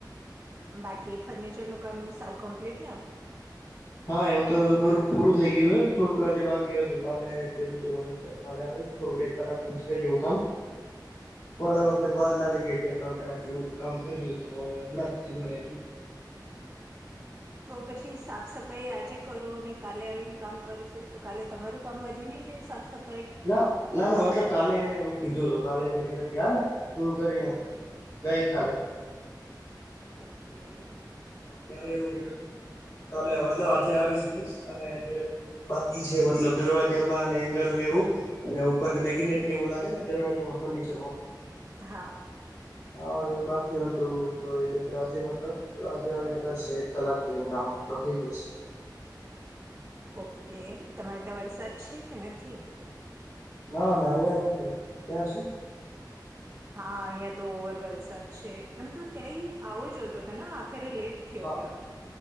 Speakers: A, on the right; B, on the left.
A: બાકી ફર્નિચરનું કામ સાવ કમ્પ્લીટ ને હવે?
B: હા એમ તો બરું પૂરું થઈ ગયું છે. થોડુંક આજે બાકી હતું, કાલે કીધું તું મને કે કાલે આ વીશ, થોડુંક એક કલાકનું છે જ એવું કામ. પણ હ થોડી વાાર લાગી ગઈ, બે ત્રણ કલાક જેવું કામ કર્યું તો હમણાં જ થ્યું હજુ. <inaudible>
A: તો પછી સાફ સફાઈ આજે કરો, ને કાલે આવીને કામ કરશે, તો કાલે તમારું કામ વધે નહીં? જે સબ સબ
B: ના ના ના મતલબ કાલે એને એવું કીધું હતું કાલે એને ઘરે ગયા પૂરું કરીને
A: ઓ
B: ગઇ કાલે
A: હમ ઓકે
B: અમને એવું કીધું મતલબ આજે આવીશ શકીશ અને મતલબ જે બાકી છે મતલબ દરવાજામાં અને એંગલને અને ઉપરને મેગનેટને એવું લાગેને દરવાજામાં ફર્નિચરમાં
A: હા.
B: હા એવું બાકી હતું તો એ કે આજે મતલબ તો આજે આવીને કરશે એક કલાક એમ કામ તો થઈ જશે.
A: ઓકે તમારે ત્યા વરસાદ છે કે નથી
B: ના ના અહીંયા નથી ત્યાં છ
A: હા અહિયાં તો ઓવર વરસાદ છે એમ તો ત્યાંય આવો જોતો હતો ફેરે લેટ થયો
B: હા
A: ત્યાં